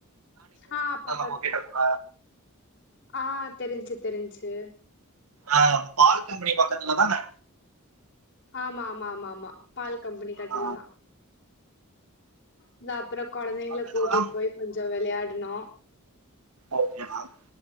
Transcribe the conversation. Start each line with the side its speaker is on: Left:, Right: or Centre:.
Left: ஆ பக்கத்து
Right: உங்ககிட்ட கூட
Left: ஆ தெரிஞ்ச்சு தெரிஞ்ச்சு
Right: ஆ பால் கம்பெனி பக்கத்துல தானே
Left: ஆமாமாமாமா பால் கம்பெனி கட்டுல
Right: ஆ,
Left: தா இந்தா அப்புற கொழந்தைங்ள
Right: பக்கத்துல
Left: கூட்டிட்
Right: தான்
Left: போய் கொஞ்சொ வெளையாடுனோ
Right: ஓகே மேம்